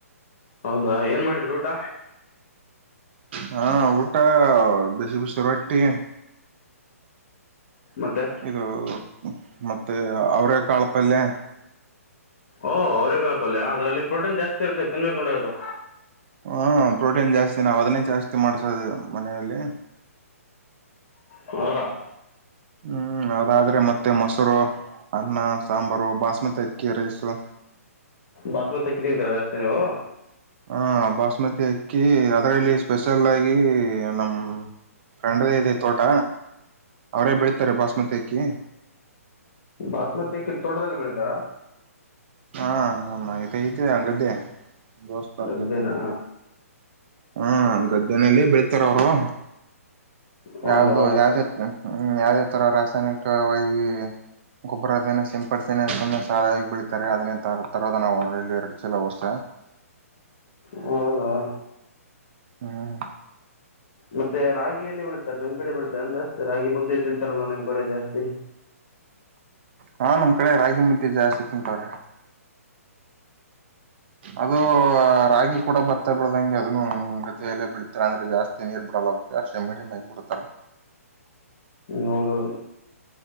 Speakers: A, on the left (about 50°); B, on the right (about 45°).
A: ಹೌದಾ ಏನ್ ಮಾಡಿದ್ರಿ ಊಟ
B: ಹಾ ಊಟ ಬಿಸಿ ಬಿಸಿ ರೋಟಿ
A: ಮತ್ತೆ
B: ಇದು ಮತ್ತೆ ಅವ್ರೇ ಕಾಳ ಪಲ್ಯ
A: ಓಹೋ ಅವರೇ ಕಾಳ್ ಪಲ್ಯ ಅದ್ರಲ್ಲಿ ಪ್ರೋಟನ್ ಜಾಸ್ತಿ ಇರುತೈತೆ ತಿನ್ಬೇಕು ನೋಡಿ ಅದು
B: ಹ ಪ್ರೋಟೀನ್ ಜಾಸ್ತಿ ನಾವು ಅದನ್ನೇ ಜಾಸ್ತಿ ಮಾಡ್ಸೋದು ಮನೆಯಲ್ಲಿ
A: ಹೌದ
B: ಹ್ಮ್ ಅದಾದ್ರೆ ಮತ್ತೆ ಮೊಸರು ಅನ್ನ ಸಾಂಬಾರು ಬಸ್ಮತಿ ಅಕ್ಕಿ ರೈಸು
A: ಬಸುಮತಿ ಅಕ್ಕಿ ತಿಂತಿರಾ ಜಾಸ್ತಿ ನೀವು
B: ಹಾಂ ಬಸುಮತಿ ಅಕ್ಕಿ ಅದರಲ್ಲಿ ಸ್ಪೆಷಲ್ಲ ಆಗಿ ನಮ್ಮ ಫ್ರೆಂಡ್ದೇ ಇದೆ ತೋಟ ಅವರೇ ಬೆಳೀತಾರೆ ಬಸ್ಮತಿ ಅಕ್ಕಿ
A: ಬಸುಮತಿ ತೋಟದಲ್ಲಿ ಬೆಳಿತಾರ
B: ಹಾ ನಮ್ಮ ಸ್ನೇಹಿತರು ಗದ್ದೆ ದೋಸ್ತರ
A: ಗದ್ದೆನಾ
B: ಗದ್ದೆ ಹ್ಮ್ ಗದ್ದೆ ನಲ್ಲ ಬೆಳಿತಾರ ಅವರು
A: ಹೌದಾ
B: ಯಾವ್ದು ಯಾವ್ದ ಇತ್ತು ಯಾವುದೇ ಥರ ರಾಸಾಯನಿಕವಾಗಿ ಗೊಬ್ಬರದನ್ನು ಸಿಂಪಡಿಸ ಸುಮ್ಮನೆ ಸಾಲವಾಗಿ ಬೆಳೀಿತಾರೆ ಅದನ್ನೇ ತ ತರೋದು ನಾವು ಇಲ್ಲಿ ಎರಡು ಚಲ ವರ್ಷ
A: ಹೌದಾ
B: ಹ್ಮ್
A: ಮತ್ತೆ ರಾಗಿ ಎಲ್ಲಿ ಬೆಳಿತಾರೆ ನಿಮ್ ಕಡೆ ಬೆಳತಾರೆ ಅ ಜಾಸ್ತಿ ರಾಗಿ ಮುದ್ದೆ ತಿಂತಾರಲ್ಲ ನಿಮ್ ಕಡೆ ಜಾಸ್ತಿ
B: ಹಾ ನಮ್ ಕಡೆ ರಾಗಿ ಮುದ್ದೆ ಜಾಸ್ತಿ ತಿಂತವ್ರ ಅದು ರಾಗಿ ಕೂಡ ಬತ್ತ ಬೆಳದಂಗೆ ಅದನ್ನು ಗದಲ್ಲೇ ಬೆಳತಾರ ಅಂದ್ರೆ ಜಾಸ್ತಿ ನೀರ್ ಬಿಡಲ್ಲ ಅದಕ್ಕೆ ಅಷ್ಟೆ ಮೀಡಿಯಮ್ ಆಗ್ ಬಿಡ್ತಾರ
A: ನೂರು